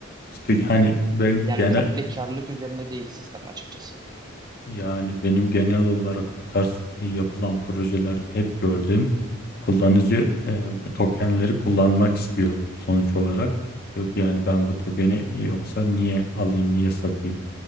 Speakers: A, on the left (about 50°); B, on the right (about 20°).
A: İşte hani benim
B: Yani
A: genel
B: komple karlılık üzerine değil sistem açıkçası.
A: yani benim genel olarak bu tarz e, yapılan projelerde hep gördüğüm kullanıcı e, bu tokenleri kullanmak istiyor sonuç olarak. Diyor ki yani ben bu tokeni yoksa niye alayım, niye satayım?